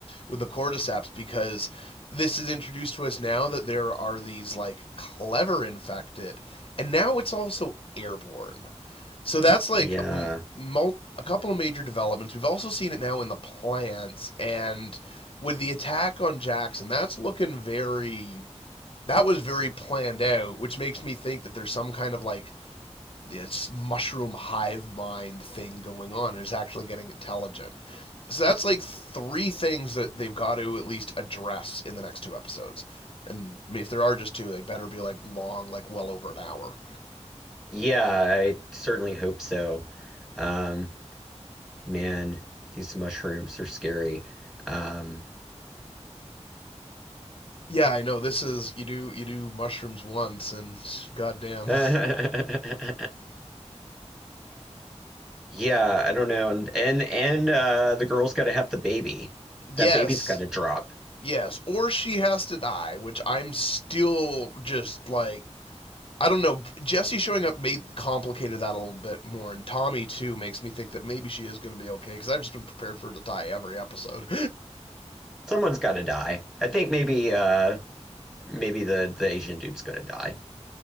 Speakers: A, on the left (about 50°); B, in the centre.
A: with the cordyceps because this is introduced to us now that there are these like clever infected, and now it's also airborne. So that's like
B: Yeah.
A: m- mul- a couple of major developments. We've also seen it now in the plants and with the attack on Jackson. That's looking very that was very planned out, which makes me think that there's some kind of like this mushroom hive mind thing going on and it's actually getting intelligent. So that's like three things that they've got to at least address in the next two episodes. And if there are just two, they better be like long, like well over an hour.
B: Yeah, I certainly hope so. Um man, these mushrooms are scary. Um
A: Yeah, I know this is you do you do mushrooms once and goddamn.
B: <laughs> uh
A: <laughs>
B: yeah, I don't know. And and, and uh the girl's gotta have the baby.
A: Yes.
B: That baby's gotta drop.
A: Yes, or she has to die, which I'm still just like I don't know. Jesse showing up made complicated that a little bit more, and Tommy too makes me think that maybe she is going to be okay because I've just been prepared for her to die every episode.
B: Someone's gotta die. I think maybe uh maybe the the Asian dude's gonna die.